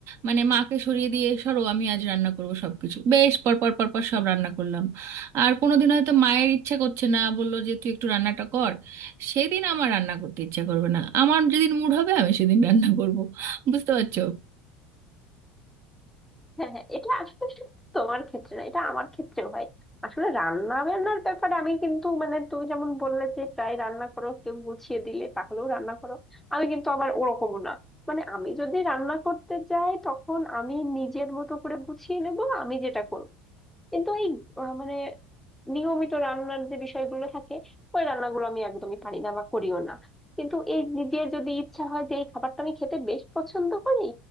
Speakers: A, on the right; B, in the centre.
A: মানে মাকে সরিয়ে দিয়ে সরো আমি আজ রান্না করব সব কিছু বেশ পর পর পর পর সব রান্না করলাম আর কোনোদিন হয়তো মায়ের ইচ্ছা করছে না বললো যে তুই একটু রান্নাটা কর সেদিন আমার রান্না করতে ইচ্ছা করবে না আমার যেদিন মুড হবে আমি সেদিন রান্না করব বুঝতে পারছো
B: হ্যাঁ হ্যাঁ এটা আসলে শুধু তোমার ক্ষেত্রে না এটা আমার ক্ষেত্রেও হয় আসলে রান্না বান্নার ব্যাপারে আমি কিন্তু মানে তুমি যেমন বললে যে প্রায় রান্না করো কেউ গুছিয়ে দিলে তাহলেও রান্না করো আমি কিন্তু আবার ওরকমও না মানে আমি যদি রান্না করতে যাই তখন আমি নিজের মতো করে গুছিয়ে নেব আমি যেটা করব কিন্তু এই আহ, মানে নিয়মিত রান্নার যে বিষয়গুলো থাকে ওই রান্নাগুলো আমি একদমই পারি না বা করিও না কিন্তু এই নিজের যদি ইচ্ছা হয় যে এই খাবারটা আমি খেতে বেশ পছন্দ করি